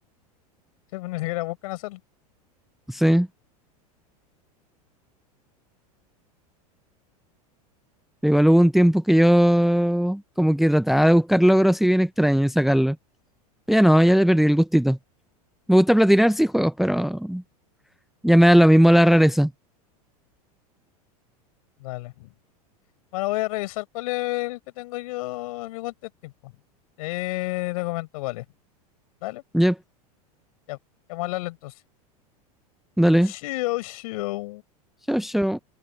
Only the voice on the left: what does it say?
Sí, pues ni siquiera buscan hacerlo.
Dale. Bueno, voy a revisar cuál es el que tengo yo en mi cuenta de tiempo. Eh, te comento cuál es. Dale,
ya. Vamos a hablarle entonces.
Xiao, xiao.